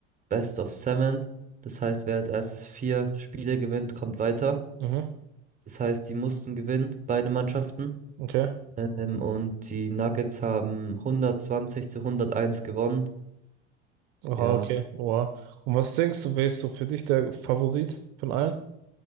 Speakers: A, on the right; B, on the right.
A: Best of Seven. Das heißt, wer als erstes vier Spiele gewinnt, kommt weiter.
B: Mhm,
A: Das heißt, die mussten gewinnen, beide Mannschaften.
B: okay.
A: Ähm, und die Nuggets haben hundertzwanzig zu 101 gewonnen.
B: Aha,
A: Ja,
B: okay. Wow. Und was denkst du, wer ist so für dich der Favorit von allen?